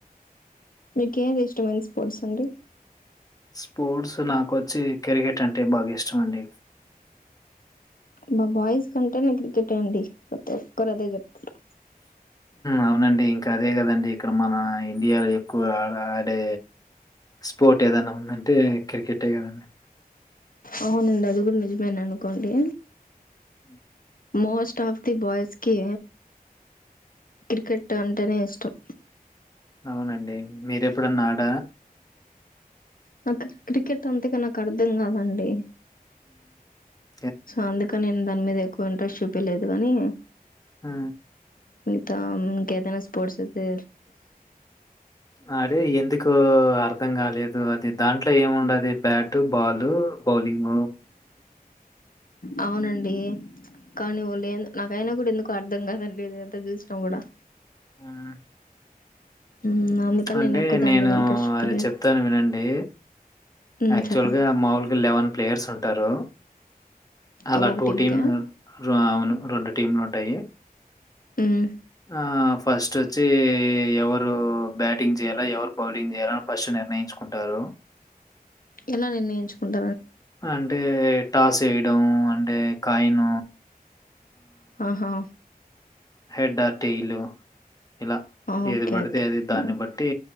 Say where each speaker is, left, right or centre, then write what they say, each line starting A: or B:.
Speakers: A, on the left (about 65°); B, on the left (about 25°).
A: మీకు ఏది ఇష్టమంది స్పోర్ట్స్ అండి.
B: స్పోర్ట్స్ నాకొచ్చి క్రికెట్ అంటే బాగా ఇష్టం అండి
A: మా బాయ్స్ కంటే క్రికెట్ అండి ప్రతి ఒక్కరు అదే చెప్తారు
B: అవునండి ఇంకా అదే కదండి ఇక్కడ మన ఇండియాలో ఎక్కువ ఆ ఆడే స్పోర్ట్ ఏదైనా ఉందంటే క్రికెట్ ఎ కదా అండి
A: అవునండి అది కూడా నిజమేన అనుకోండి
B: హ్మ్.
A: మోస్ట్ ఆఫ్ ది బాయ్స్కి క్రికెట్ అంటేనే ఇష్టం
B: అవునండి మీర ఎప్పుడు ఆడ
A: నాకు క్రికెట్ అంతగా నాకు అర్థం కాదండి
B: ఆ
A: అందుక నేను దాని మీద ఎక్కువ ఇంట్రెస్ట్ చూపలేదు కాని
B: హ
A: మీత కతేనా స్పోర్ట్స్తే
B: ఆడి ఎందుకు అర్థం కాలేదు అది దాంట్లో ఏమిండదు బ్యాట్ పాటు బౌలింగ్
A: అవునండి కానీ వాళ్ళు నాకైనా కూడా ఎందుకు అర్థం కాదండి ఇది ఎంత చూసినా కూడా
B: హ్మ్.
A: ఉమ్, అందుకని
B: అంటే
A: ఎక్కువ దాని
B: నేను
A: మీద ఇంట్రెస్ట్ చూపలేదు
B: అది చెప్తాను వినండి
A: హ్మ్.
B: యాక్చువల్గా
A: చెప్పండి.
B: మాముల్కి లెవెన్ ప్లేయర్స్ ఉంటా అంటారు అలా
A: ఒక్కొక్క
B: టూ
A: టీమ్‌కా?
B: టీమ్ అవును రెండు టీమ్లు ఉంటాయి.
A: హ్మ్.
B: ఆ ఫస్ట్ వచ్చి ఎవరు బ్యాటింగ్ చేయాల ఎవరు బౌలింగ్ చేయాలని ఫస్ట్ నిర్ణయించుకుంటారు.
A: ఎలా నిర్ణయించుకుంట
B: అంటే టాస్ చేయడం అంటే కాయిన
A: ఆహా
B: హెడ్ ఆటలు ఇలా
A: ఆ!
B: ఏది
A: ఓకే.
B: పడితే
A: ఓకే.
B: అది
A: హ్మ్.
B: దాన్ని బట్టి